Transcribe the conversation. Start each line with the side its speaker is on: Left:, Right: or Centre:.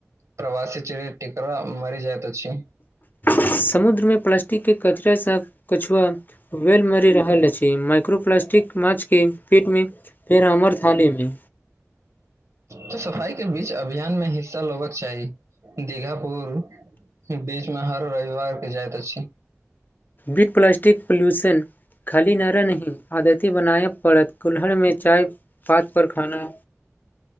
Right: ट्रवासी चिड़ै टीकरा मरी जाएत अछि
Left: समुद्रमे प्लास्टिक के कचरास कछुआ वेल मरि रहल अछि माइक्रो प्लास्टिक माछ के पेट मे फेर हमर थालीमे
Right: तऽ सफाई के बीच अभियान मे हिस्सा लेबाक चाही दीगापुर बीच मे हर रविवार के जाइत अछी
Left: विथ प्लास्टिक पोल्यूशन खाली नारा नहि आदती बनाय पड़त कुल्हरमे चाय पात पर खाना